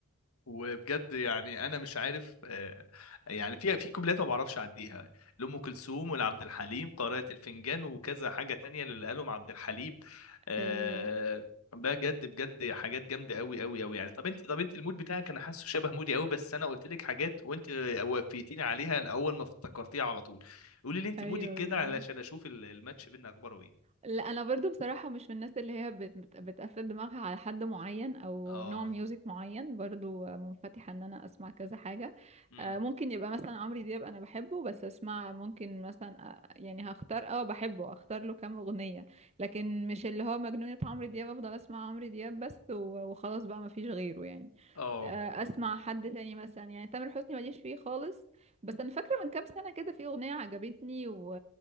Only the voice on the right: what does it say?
أيوة
أيوة
بالظبط
لا انا برضو بصراحه مش من الناس اللي هي بت... بت- بتقفل دماغها على حد معين او
نوع ميوزك معين برضو منفتحه ان انا اسمع كذا حاجه
آه، ممكن يبقى مثلا عمرو دياب انا بحبه بس اسمع ممكن مثلا آه، يعني هختار اه بحبه اختار له كام اغنيه لكن مش اللي هو مجنونه عمرو دياب افضل اسمع عمرو دياب بس و- وخلاص بقى ما فيش غيره يعني
آه، اسمع حد تاني مثلا يعني تامر حسني ماليش فيه خالص بس انا فاكره من كام سنه كده في اغنيه عجبتني و...